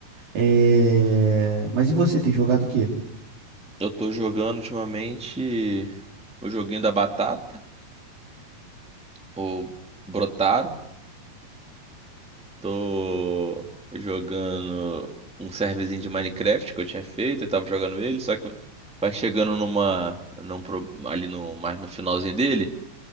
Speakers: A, on the right; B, in the centre.
A: É... Mas e você, tem jogado o quê?
B: Eu tô jogando ultimamente o joguinho da batata, o Brotaro. Tô jogando um serverzinho de Minecraft que eu tinha feito, eu tava jogando ele, só que vai chegando numa, num, pro- ali no, mais no finalzinho dele.